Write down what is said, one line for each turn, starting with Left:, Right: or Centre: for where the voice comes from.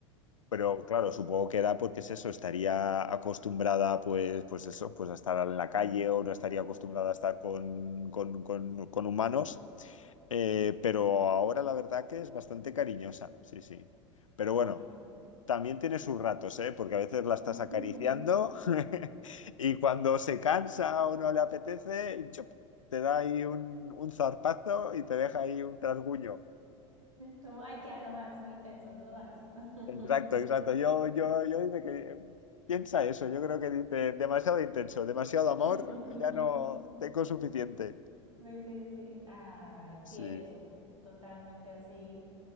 Left: pero claro,
Right: Sí.
Left: supongo que era porque es eso, estaría acostumbrada pues, pues eso, pues a estar en la calle o no estaría acostumbrada
Right: Ay,
Left: a estar con, con, con- con humanos, Eh, pero ahora la verdad que es bastante cariñosa, sí, sí. Pero
Right: ay,
Left: bueno,
Right: qué ternura.
Left: también tiene sus ratos, ¿eh? Porque a veces la estás
Right: <laughs>
Left: acariciando <laughs> y cuando se cansa o no le apetece, ¡yup! te da ahí un, un zarpazo y te deja ahí un rasguño.
Right: Como, ay, ya, no más, muy intenso, no más. <laughs>
Left: Exacto, exacto. Yo,
Right: Sí.
Left: yo, yo dice que piensa eso. Yo creo que dice demasiado intenso, demasiado
Right: <laughs>
Left: amor, ya no tengo suficiente.
Right: Sí, sí, sí. Ah, sí,
Left: Sí,
Right: ellos son totalmente así.